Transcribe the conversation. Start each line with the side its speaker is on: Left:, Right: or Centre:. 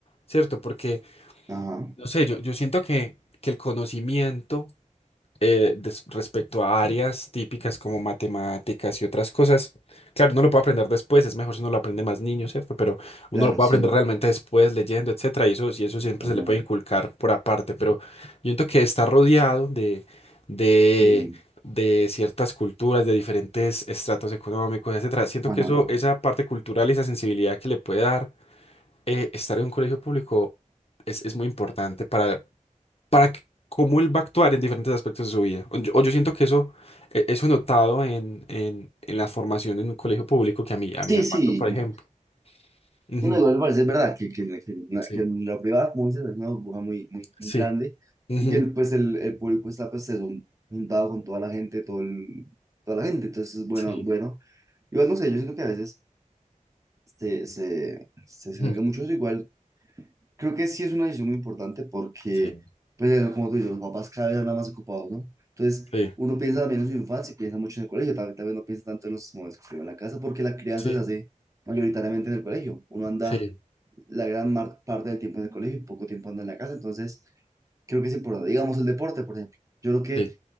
Left: ¿cierto? Porque,
Right: Ajá,
Left: no sé, yo, yo siento que, que el conocimiento eh, des- respecto a áreas típicas como matemáticas y otras cosas. Claro, no lo puede aprender después, es mejor si uno lo aprende más niño, ¿cierto? Pero uno
Right: claro,
Left: lo puede
Right: sí.
Left: aprender realmente después, leyendo, etcétera, y eso, y eso siempre
Right: Ajá,
Left: se le puede inculcar por aparte, pero yo siento que está rodeado de, de,
Right: sí,
Left: de ciertas culturas, de diferentes estratos económicos, etcétera. Siento
Right: ajá.
Left: que eso, esa parte cultural y esa sensibilidad que le puede dar eh, estar en un colegio público es, es muy importante para que- cómo él va a actuar en diferentes aspectos de su vida. O yo, o yo siento que eso, e- eso he notado en, en, en la formación en un colegio público que a mí, a
Right: Sí,
Left: mí me faltó,
Right: sí.
Left: por ejemplo. Ujú,
Right: Sí, no, igual me parece es verdad que, que, que,
Left: Sí,
Right: que en la privada, como dices, es una burbuja muy, muy,
Left: Sí.
Right: muy grande
Left: ujú,
Right: y que el, pues el, el público está pues eso, juntado con toda la gente, todo el- toda la gente. Entonces, bueno,
Left: sí,
Right: bueno. Igual no sé, yo siento que a veces se, se, se sesga
Left: ujú,
Right: mucho eso. Igual Creo que sí es una decisión muy importante porque,
Left: sí,
Right: pues, eso, como tú dices, los papás cada vez andan más ocupados, ¿no? Entonces,
Left: Sí.
Right: uno piensa también en su infancia y piensa mucho en el colegio, tal, tal vez no piensa tanto en los momentos que vive en la casa porque la crianza
Left: sí,
Right: se hace mayoritariamente en el colegio. Uno anda
Left: sí,
Right: la gran mar- parte del tiempo en el colegio y poco tiempo anda en la casa, entonces creo que es importante. Digamos el deporte, por ejemplo. Yo creo que
Left: sí.